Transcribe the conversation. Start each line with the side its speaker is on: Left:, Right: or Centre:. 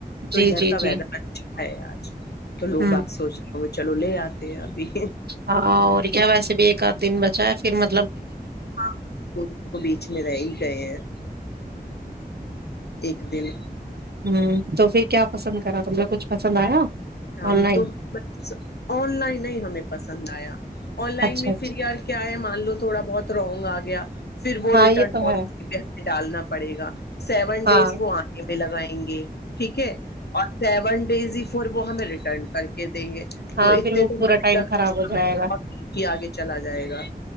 Left: تو
Right: جی
Left: ادھر
Right: جی
Left: کا و
Right: جی
Left: اچھا ہے آج تو لوگ
Right: ہوں
Left: بق سوچ رہے ا چلو لے آتے ہیں ابھی
Right: ہاں اور کیا بس ایک آد دن بچ ہے پھرطب
Left: ہاں تو بیچ میں رہ ہی گئے ہیں ایک دن
Right: ہ تو پھر کیا پسند کرا تم مے کچھ پسند آیا
Left: ہم
Right: آن لائن
Left: تو بس آن لائن نہیں ہمیں پسند آیا آن لائن
Right: اچھا
Left: میں
Right: اچھا
Left: پھر یار کیا ہے مان لو تھوڑا بہت رونگ آ گیا پھر وہ
Right: ہاں
Left: ریٹرن
Right: یہ تو
Left: پالیسی
Right: ہے
Left: پہ ہمیں ڈالنا پڑے گا سیون
Right: ہاں
Left: ڈیز وہ آنے میں لگائیں گے <inaudible> ٹھیک ہے اور سیون بیزی فور وہ ہمیں ریٹرن کر کے دیں گے تو
Right: ہاں
Left: اتنے
Right: پھر وہ
Left: تو
Right: پورا
Left: لگا
Right: ٹائم خراب ہو جائے گا
Left: بت ہی آگے چلا جائے گا